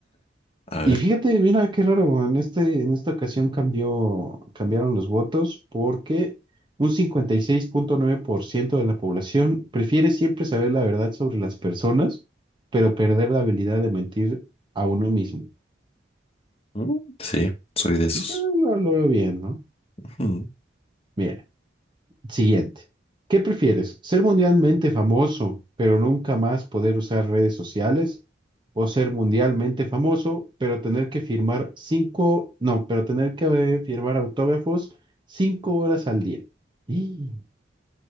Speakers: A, on the left; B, on the right.
A: A
B: Y
A: ver.
B: fíjate, mira qué raro, en este, en esta ocasión cambió, cambiaron los votos porque un cincuenta y seis punto nueve por ciento de la población prefiere siempre saber la verdad sobre las personas, pero perder la habilidad de mentir a uno mismo.
A: Mm, Sí, soy de esos.
B: Yo, yo lo veo bien, ¿no?
A: Ujú.
B: Bien. Siguiente. ¿Qué prefieres? ¿Ser mundialmente famoso, pero nunca más poder usar redes sociales? ¿O ser mundialmente famoso, pero tener que firmar cinco, no, pero tener que eh, firmar autógrafos cinco horas al día? Y,